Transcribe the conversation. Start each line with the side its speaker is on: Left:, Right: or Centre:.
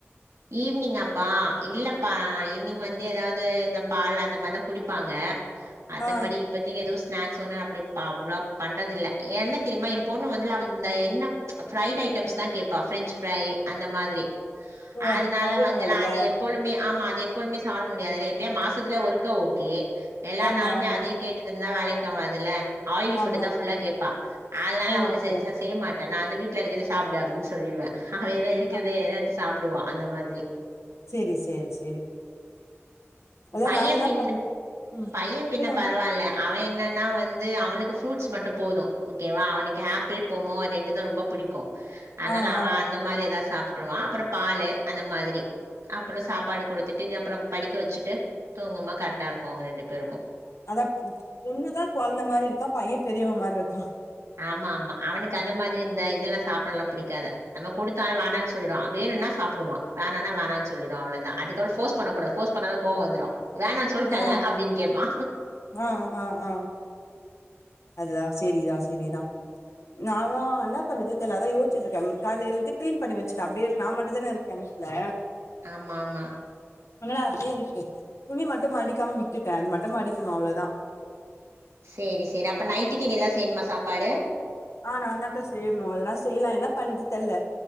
Right: ஈவினிங்காப்பா இல்லப்பா ஈவினிங் வந்து ஏதாவது இந்த பால் அந்த மாரிதா குடிப்பாங்க மத்தப்படி
Left: ஆ
Right: இப்பத்திக்கு எதுவு ஸ்னாக்ஸ் ஒண்ணு அப்டி அவ்வளா பண்றதுல்ல என்ன தெரியுமா எ பொண்ணு வந்து லாவந்தா என்ன ஃப்ரைட் ஐட்டம்ஸ் தா கேப்பா பிரஞ்ச் ஃப்ரை அந்த மாரி
Left: ஓ அப்டி
Right: அதனால
Left: சாப்டக்கூடாதுல்ல
Right: வந்துனா அது எப்போழுமே ஆமா அது எப்பொழுமே சாப்பிட முடியாதுல எப்பயோ மாசத்துல ஒருக்க ஓகே எல்லா
Left: ஆமா
Right: நாலுமே
Left: ஆமா
Right: அதே கேட்டுட்ருந்தா வேலைக்கு ஆவாதுல ஆயில்
Left: ஆமா
Right: புட் தா புல்லா கேப்பா அதனால
Left: ஓகே
Right: ஒண்ணு செய் செய்யமாட் நா அந்த வீட்ல இருக்கத சாப்டு அப்டின்னு சொல்லிடுவே அவ எத இருக்கத
Left: ஆ
Right: எத எடுத்து சாப்டுவா அந்த மாரி
Left: சேரி சேரி சேரி அதா
Right: பைய
Left: நானு என்ன
Right: பின்னு
Left: பண்ண ம்
Right: பைய பின்ன
Left: சொல்லுங்
Right: பரவால்ல அவ என்னென்னா வந்து அவனுக்கு ஃப்ரூட்ஸ் மட்டு போது ஓகேவா அவனுக்கு ஆப்பிள் பொம்மோ அது ரெண்டு தா ரொம்ப புடிக்கு அனால
Left: ஆ
Right: அவ
Left: ஆ
Right: அந்த மாரி ஏதாது சாப் ட்டுருவா அப்பற பாலு அந்த மாரி அப்பற சாப்பாடு குடுத்துட்டு அப்பற படிக்க வச்சுட்டு தூங்குப கரெக்டா இருக்கு அவங்க ரெண்டு பேருக்கு
Left: அதா ப் பொண்ணுதா கொழந்த மாரி இருக்கா பைய பெரியவ மாரி இருக்கா
Right: ஆமா ஆமா அவனுக்கு அந்த மாரி இந்த இதெல்லா சாப்பல்லா பிடிக்காது நம்ம கொடுத்தான வேணான் சொல்லிடுவா வேணும்னா சாப்புடுவா வேணான்ணா வேண்ணானு சொல்லிடுவா அவளதா அதுக்கப்பறோ ஃபோர்ஸ் பண்ணக் கூடாது ஃபோர்ஸ் பண்ணாதா கோவ வந்துரு வேனா சொல்ட்டேன்ல
Left: ஆ
Right: அப்படி கேப்பா
Left: ஆ ஆ ஆ அததா சேரிதா சேரிதா நாங்கதா என்ன பண்ணறது தெர்ல அதா யோச்சிட்டுருக்க ம் காலையலந்து க்ளீன் பண்ணி வச்சுட்ட அபடியே நா மட்டு தான இருக்க கெமிஸ்ட்ல
Right: ஆமா ஆமா
Left: அதனால அப்டியே இருக்கு துணி மட்டு மடிக்காம விட்டுட்டே அது மட்டு மடிக்கனு அவ்ளோதா
Right: சேரி சேரி அப்போ நைட்டுக்கு இனிதா செய்யணுமா சாப்பாடு
Left: ஆ நாந்தாக்கா செய்ணு அதெல்லா செய்லா என்ன பண்ணது தெரில